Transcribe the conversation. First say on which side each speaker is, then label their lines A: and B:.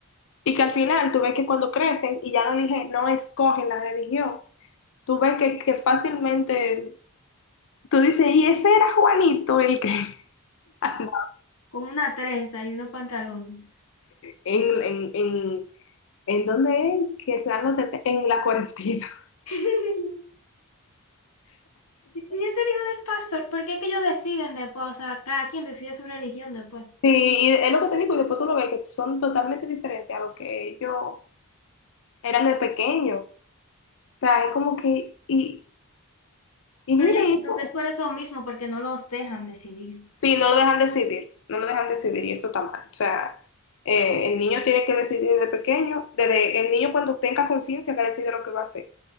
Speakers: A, on the left; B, on the left.
A: Y que al final tú ves que cuando crecen y ya no dije, no escogen la religión, tú ves que, que fácilmente, tú dices, y ese era Juanito el que, <laughs>
B: con una trenza y unos pantalones.
A: en, en, en, en dónde es, que se dan los tete- en la cuarentena.
B: <laughs> Y es el hijo del pastor, porque es que ellos deciden después, o sea, cada quien decide su religión después.
A: Sí, y es lo que te digo, y después tú lo ves que son totalmente diferentes a lo que ellos eran de pequeño. O sea, es como que, y, y
B: Pero
A: mire,
B: yo siento
A: eso.
B: que es por eso mismo, porque no los dejan decidir.
A: Sí, no lo dejan decidir, no lo dejan decidir y eso está mal. O sea, eh, el niño tiene que decidir desde pequeño, desde el niño cuando tenga conciencia que decide lo que va a hacer.